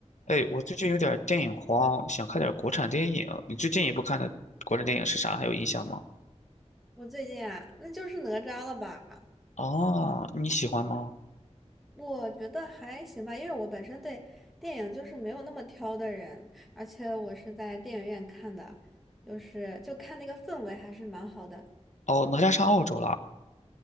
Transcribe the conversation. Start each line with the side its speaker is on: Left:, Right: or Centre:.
Left: 哎，我最近有点儿电影荒，想看点儿国产电影。你最近一部看的国产电影是啥？还有印象吗？
Centre: 我最近啊，那就是哪吒了吧？
Left: 哦，你喜欢吗？
Centre: 我觉得还行吧，因为我本身对电影就是没有那么挑的人，而且我是在电影院看的，就是就看那个氛围还是蛮好的。
Left: 哦，哪吒上澳洲了。